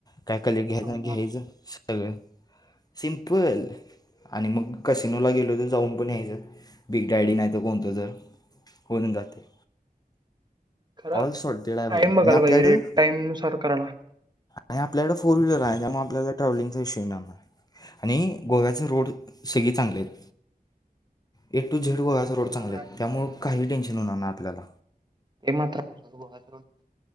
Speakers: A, on the left (about 25°); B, on the right (about 30°).
A: काय कले घ्यायचं
B: हा,
A: आणि घ्यायचं
B: हा.
A: सगळं सिम्पल आणि मग कसिनोला गेलो तर जाऊन पण यायचं बिग डायडी नाही तर कोणतं तर होणून जातंय.
B: खरं
A: ऑल सॉल्टेड आहे
B: टाइम
A: भाई
B: बघायला
A: आणि आपल्याकड
B: पाहिजे <unintelligible> नुसार करायला.
A: आणि आपल्याकडं फोर व्हीलर आहे. त्यामुळे आपल्याला ट्रॅव्हलिंगचा विषय नाही आहे आणि गोव्याच रोड सगळी चांगली हायत. ए टू झेड गोव्याचा
B: होय ते
A: रोड चांगले
B: मात्र
A: आहेत
B: आहे सोड.
A: त्यामुळं काही टेन्शन होणार नाही आपल्याला.
B: हे मात्र <unintelligible> गोव्याचा रोड